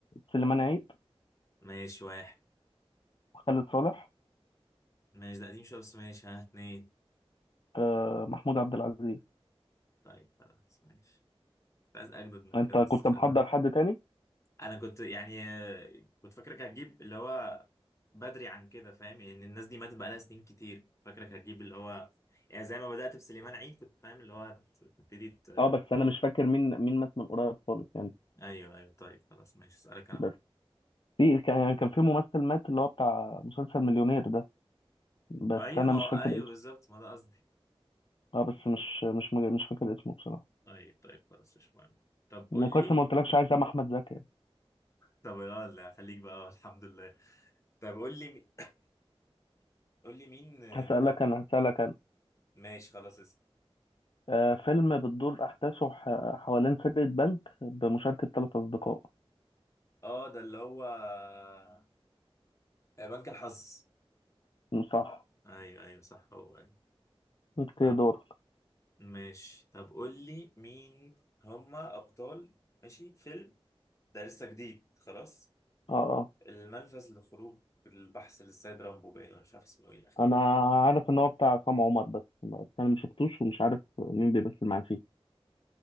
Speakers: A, on the left; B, on the left.
A: سليمان عيد
B: ماشي واحد
A: خالد صالح
B: ماشي ده قديم شوية بس ماشي ها اتنين
A: آه، محمود عبد العزيز
B: طيب خلاص ماشي كنت عايز أجدد من
A: انت
B: كده
A: كنت
B: بس خلاص
A: محضر حد تاني
B: أنا كنت يعني آه، كنت فاكرك هتجيب اللي هو بدري عن كده فاهم يعني الناس دي ماتت بقالها سنين كتير كنت فاكرك هتجيب اللي هو يعني زي ما بدأت بسليمان عيد كنت فاهم اللي هو هت- هتبتدي ت...
A: اه بس انا مش فاكر مين مين مات من قريب خالص يعني
B: أيوه أيوه طيب خلاص ماشي أسألك أنا
A: بس
B: بقى
A: في كان يعني كان في ممثل مات اللي هو بتاع مسلسل مليونير ده بس
B: أيوه
A: انا
B: ما
A: مش
B: هو
A: فاكر
B: أيوه
A: اسمه
B: بالظبط ما ده قصدي
A: اه بس مش مش مج- مش فاكر اسمه بصراحه
B: طيب طيب خلاص مش مهم طب قول
A: انا كويس
B: لي
A: ما قلتلكش عايز اعمل احمد زكي يعني.
B: طب لا لا خليك بقى الحمد لله طب قول لي مي- قول لي مين
A: <laughs> هسألك
B: مين
A: انا هسألك انا
B: ماشي خلاص اسم
A: آه فيلم بتدور احداثه ح- حوالين سرقة بنك بمشاركة ثلاث اصدقاء
B: اه ده اللي هو آه، بنك الحظ
A: صح
B: ايوه ايوه صح هو ايوه
A: انت
B: طب
A: دورك
B: ماشي طب قول لي مين هما ابطال ماشي فيلم ده لسه جديد خلاص
A: اه
B: الملفت لخروج البحث للسيد رامبو باين أنا مش عارف اسمه ايه الاخير
A: انا
B: ده
A: عارف ان هو بتاع عصام عمر بس بس انا ما شفتوش ومش عارف مين بيمثل معاه فيه